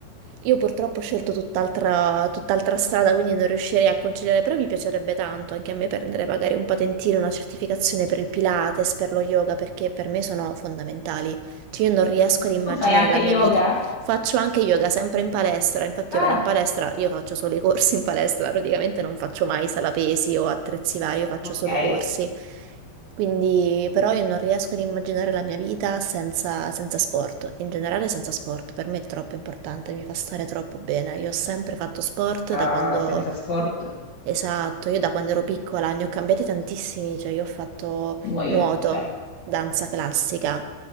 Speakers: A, on the right; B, on the left.
A: io purtroppo ho scelto tutt'altra tutt'altra strada, quindi non riuscirei a conciliare, però mi piacerebbe tanto anche a me prendere magari un patentino, una certificazione per il Pilates, per lo yoga, perché per me sono fondamentali. Cioè, io non riesco ad immaginare
B: Tu fai anche
A: la mia
B: yoga?
A: vita. Faccio anche yoga sempre in palestra, infatti
B: Ah,
A: io vado in palestra, io faccio solo i corsi in palestra, praticamente non faccio mai sala pesi o attrezzi vari, io faccio
B: ok,
A: solo corsi. Quindi però io non riesco ad immaginare la mia vita senza, senza sport, in generale senza sport, per me è troppo importante, mi fa stare troppo bene. Io ho sempre fatto sport
B: Ah,
A: da quando...
B: senza sport.
A: Esatto, io da quando ero piccola ne ho cambiati tantissimi, cioè io ho fatto
B: muoio.
A: nuoto,
B: Cioè.
A: danza classica